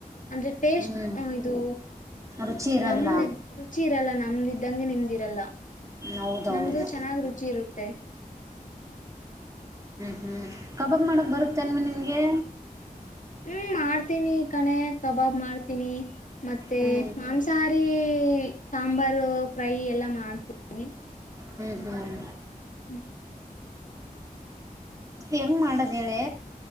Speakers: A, on the left (about 60°); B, on the right (about 20°).
A: ಅಂದ್ರೆ ಟೇಸ್ಟ್
B: ಹ್ಞೂ
A: ಇದು
B: ರುಚಿ ಇರಲ್ಲ
A: ನಮ್ದ ರುಚಿ <unintelligible> ರಲ್ಲ ನಮ್ದಂಗೆ ನಿಮ್ದಿರಲ್ಲ
B: ಹೌದೌದು
A: ನಮ್ದು ಚೆನ್ನಾಗ್ ರುಚಿ ಇರುತ್ತೆ
B: ಹ್ಮ್ ಕಬಾಬ್ ಮಾಡಕ್ಕೆ ಬರುತ್ತೆನ್ ಮ ನಿನಗೆ
A: ಹ್ಮ್ ಮಾಡ್ತೀನಿ ಕಣೆ ಕಬಾಬ್ ಮಾಡ್ತೀನಿ ಮತ್ತೆ
B: ಹ್ಞೂ
A: ಮಾಂಸಾಹಾರಿ ಸಾಂಬಾರು ಫ್ರೈ ಎಲ್ಲ ಮಾಡ್ತೀನಿ
B: ಹ್ಮ್ ಹ್ಮ್
A: ಹ್ಮ್
B: ಹೆಂಗ್ ಮಾಡದ ಹೇಳೆ